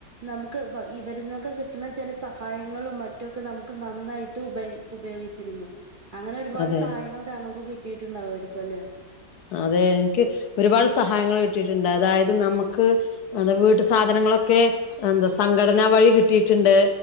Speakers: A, on the right; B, on the left.
A: നമുക്ക് ഇവ ഇവരിനൊക്കെ കിട്ടുന്ന ചെല സഹായങ്ങളും മറ്റുക്കെ നമുക്ക് നന്നായിട്ട് ഉപയോ ഉപയോഗിച്ചിരുന്നു അങ്ങനെ ഒരുപാട്
B: അതെ
A: സഹായങ്ങള് താങ്കൾക്കും കിട്ടിയിട്ടുണ്ടാവുമായിരിക്കുവല്ലോ.
B: അതെ എനാക്ക് ഒരുപാട് സഹായങ്ങൾ കിട്ടിയിട്ടുണ്ട്, അതായത് നമുക്ക്. അത് വീട്ടു സാധനങ്ങളൊക്കെ എന്തോ സംഘടന വഴി കിട്ടിയിട്ടുണ്ട്.